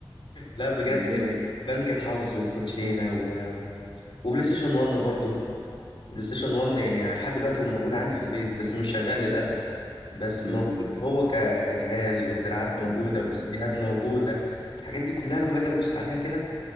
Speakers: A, on the left; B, on the right.
A: لا بجد
B: كلنا
A: يعني بنك الحظ والكوتشينه و... وبلاي ستيشن 1 برضو بلاي ستيشن 1 يعني لحد دلوقتي هو موجود عندي في البيت بس مش شغال للاسف بس
B: امم
A: موجود هو ك... كجهاز والدراعات موجوده
B: ايوه
A: والسيديهات
B: ايوه
A: موجوده الحاجات دي كلها لما باجي ابص عليها كده